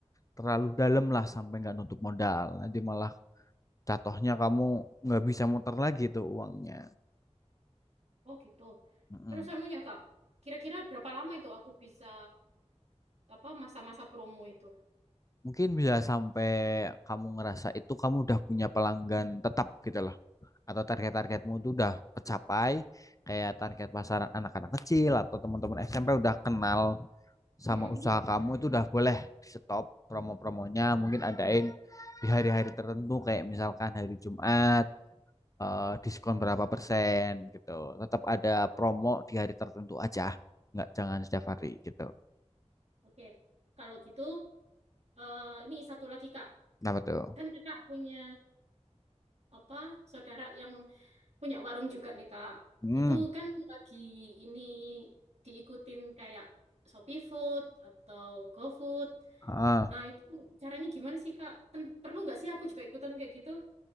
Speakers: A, on the left; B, on the right.
A: terlalu dalam lah sampai nggak nutup modal. Nanti malah jatuhnya kamu nggak bisa muter lagi tuh uangnya.
B: Oh gitu.
A: Mm-mm.
B: Terus anunya Kak, kira-kira berapa lama itu aku bisa apa masa-masa promo itu?
A: Mungkin bisa sampai kamu ngerasa itu kamu udah punya pelanggan tetap gitu loh. Atau target-targetmu tuh udah kecapai, kayak target pasar anak-anak kecil atau teman-teman SMP udah kenal sama
B: Hmm.
A: usaha kamu itu udah boleh di stop promo-promonya mungkin adain di hari-hari tertentu kayak misalkan hari Jumat eh, diskon berapa persen gitu tetap ada promo di hari tertentu aja nggak jangan setiap hari gitu
B: Oke, Kalau gitu, eh ini satu lagi Kak.
A: kenapa tuh
B: Kan Kakak punya apa saudara yang punya warung juga nih Kak.
A: hmm
B: Itu kan lagi ini diikutin kayak Shopee Food atau GoFood.
A: ah.
B: Nah, itu caranya gimana sih, Kak? Pen- perlu nggak sih aku juga ikutan kayak gitu?